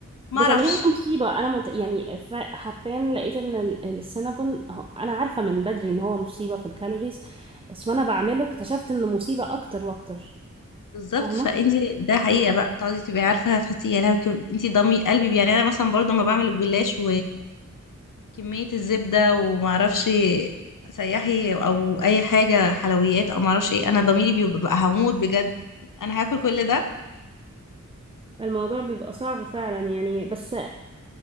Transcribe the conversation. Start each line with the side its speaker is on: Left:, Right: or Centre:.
Left: ما
Right: بتعمليها
Left: اعرفش
Right: مصيبة انا مت... يعني ف- حرفيا لقيت ان ال- السينابون هو- انا عارفة من بدري ان هو مصيبة في الكالوريز بس وانا بعمله اكتشفت انه مصيبة اكتر واكتر
Left: بالظبط
Right: فاهمة
Left: فانت ده حقيقة بقى تقعدي تبقي عارفة هتحطي يا لهوي كل- انت ضمي قلبي يعني انا مثلا برضه ما بعمل الجلاش وكمية الزبدة وما اعرفش سياحي او اي حاجة حلويات او ما اعرفش ايه انا ضميري بيبقى هموت بجد انا هاكل كل ده
Right: الموضوع بيبقى صعب فعلا يعني بس